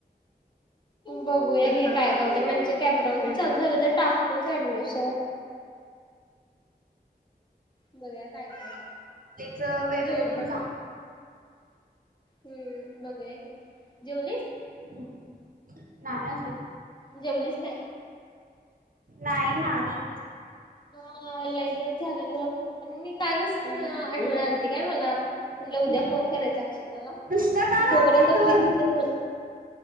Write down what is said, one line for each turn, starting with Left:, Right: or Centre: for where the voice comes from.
Left: बघूया घे काय काय होतंय कॅपरान चालू झालं तर टाकतोच आडमि <inaudible> बघूया काय काय होतंय
Right: च वगैरे
Left: जेवली
Right: पण सांग
Left: हम्म बघूया घे जेवलीस?
Right: चांग नाही अजून
Left: जेवलीस काय?
Right: नाही नाही
Left: ह् लई दिवस झाला तुला फोन करून मी कालच तुला आठवण आलती काय मला म्हटलं
Right: हम्म.
Left: उद्या फोन करायचा अक्षताला
Right: नुसतं काल
Left: तोपर्यंत
Right: आलती आठवण
Left: प्रीतीच फोन